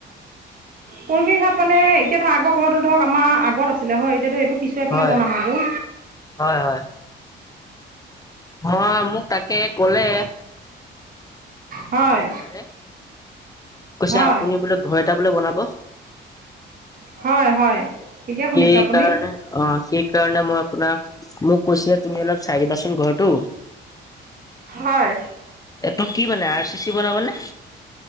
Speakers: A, on the right; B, on the left.
A: কোনখিনি ঠাইত মানে এতিয়া ধৰক আগৰ ঘৰটো ধৰক আমাৰ আগত আছিলে হয়, এতিয়াটো সেইটো পিছুৱাই পেলাই
B: হয়
A: বনাম আৰু।
B: হয়- হয়। হয়, মোক তাকে ক'লে।
A: হয়
B: বৰুৱা চাৰে, কৈছে
A: হয়
B: আপুনি বোলে ঘৰ এটা বোলে বনাব।
A: হয়- হয়। ঠিকে শুনিছে
B: সেই
A: আপুনি
B: কাৰণে অ', সেইকাৰণে মই আপোনাক, মোক কৈছে। তুমি অলপ চাই দিবাচোন ঘৰটো,
A: হয়
B: এইটো কি মানে আৰ চি চি বনাব নে।